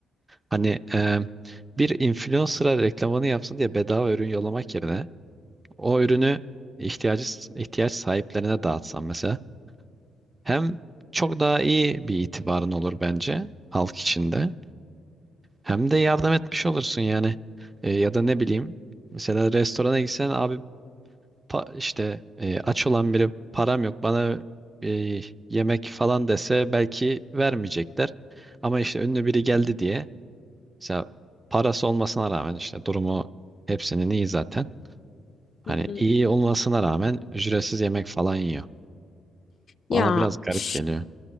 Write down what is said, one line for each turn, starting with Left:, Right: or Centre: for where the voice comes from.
Right: Hani e, bir influencer'a reklamını yapsın diye bedava ürün yollamak yerine o ürünü ihtiyacı ihtiyaç sahiplerine dağıtsan mesela hem çok daha iyi bir itibarın olur bence halk içinde. Hem de yardım etmiş olursun yani. E, ya da ne bileyim mesela restorana gitsen abi pa- işte e, aç olan biri param yok bana e, yemek falan dese belki vermeyecekler. Ama işte ünlü biri geldi diye mesela parası olmasına rağmen işte durumu hepsinin iyi zaten. Hani
Left: Hı hı.
Right: iyi olmasına rağmen ücretsiz yemek falan yiyor.
Left: Ya
Right: Bana biraz garip
Left: üf.
Right: geliyor.